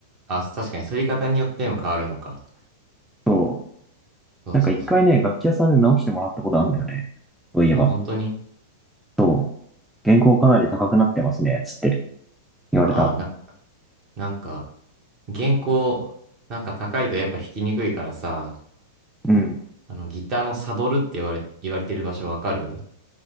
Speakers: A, on the right; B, in the centre.
A: あ、確かに、反り方によっても変わるのか。
B: そう。
A: そうそうそう。
B: なんか一回ね、楽器屋さんで直してもらったことあるんだよね。そういえば。
A: あ、本当に
B: そう。原稿かなり高くなってますね、つって言われた。
A: あ、な、なんか、原稿、なんか高いとやっぱ弾きにくいからさ、
B: うん。
A: あの、ギターのサドルって言われ、言われてる場所わかる